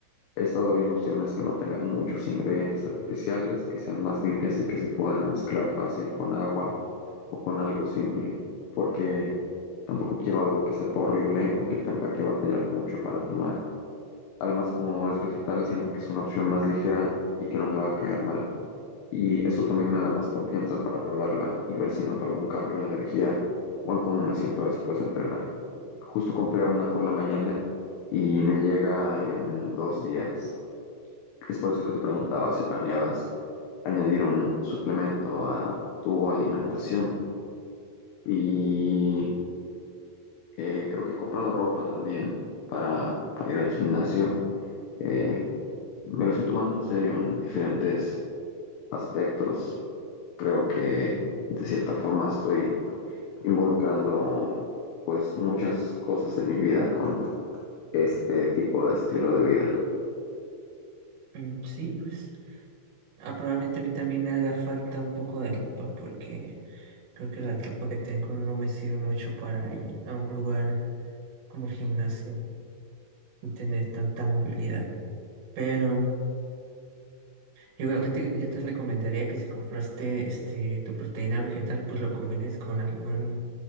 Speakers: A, on the left; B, on the right.
A: He estado viendo opciones que no tengan muchos ingredientes artificiales, que sean más limpias y que se puedan mezclar fácil con agua o con algo simple, porque tampoco quiero algo que sepa horrible o que tenga que batallar mucho para tomar. Además, como es vegetal, siento que es una opción más ligera y que no me va a caer mal. Y eso también me da más confianza para probarla y ver si noto algún cambio en la energía o en cómo me siento después de entrenar. Justo compré una por la mañana y me llega en dos días. Es por eso que te preguntaba si planeabas añadir un suplemento a tu alimentación. Y eh, creo que he comprado ropa también para, para ir al gimnasio. Eh, me lo estoy tomando en serio en diferentes aspectos. Creo que de cierta forma estoy involucrando pues muchas cosas de mi vida con este tipo de estilo de vida.
B: Mm, Sí, pues. Ah, probablemente a mí también me haga falta un poco de ropa porque creo que la ropa que tengo no me sirve mucho para ir a un lugar como el gimnasio y tener tanta movilidad. Pero yo, creo que te, yo te recomendaría que si compraste este, tu proteína vegetal, pues lo combines con algún,